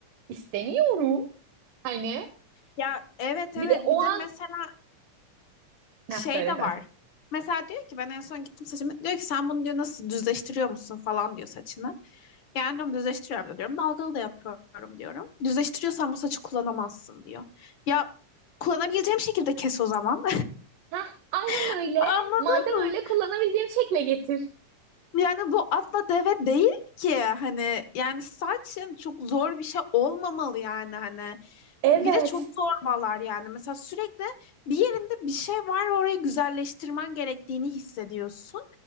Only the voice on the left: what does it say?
Ya evet
evet
bir de
mesela
şey
de var. Mesela diyor ki ben en son gittim saçımı. Diyor ki sen bunu diyor nasıl düzleştiriyor musun falan diyor saçını. Yani diyorum düzleştiriyorum da diyorum. Dalgalı da yapıyorum diyorum. Düzleştiriyorsan bu saçı kullanamazsın diyor. Ya kullanabileceğim şekilde kes o zaman.
<laughs>
Anladın
mı?
Yani bu atla deve değil ki hani yani saçın çok zor bir şey olmamalı yani hani
bir de çok zorbalar yani mesela sürekli bir yerinde bir şey var ve orayı güzelleştirmen gerektiğini hissediyorsun